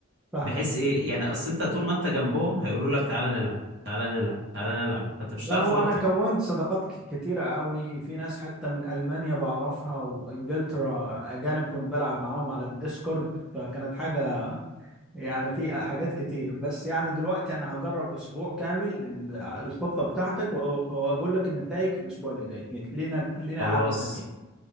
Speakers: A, in the centre; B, on the right.
A: فاهمك
B: بحيث ايه يعني اصل انت طول ما انت جنبهم هيقولوا لك تعالى نلعب تعالى نلعب تعالى نلعب فانت مش
A: لا
B: هتعرف
A: آه، هو
B: تبطل
A: أنا كونت صداقات ك- كتيرة قوي في ناس حتى من ألمانيا بعرفها وإنجلترا أجانب كنت بلعب معاهم على الديسكورد فكانت حاجة يعني في حاجات كتير بس يعني دلوقتي أنا هجرب أسبوع كامل ال- الخطة بتاعتك وأ- وأقول لك النتائج في الأسبوع اللي جاي لينا لينا
B: خلاص
A: قعدة تانية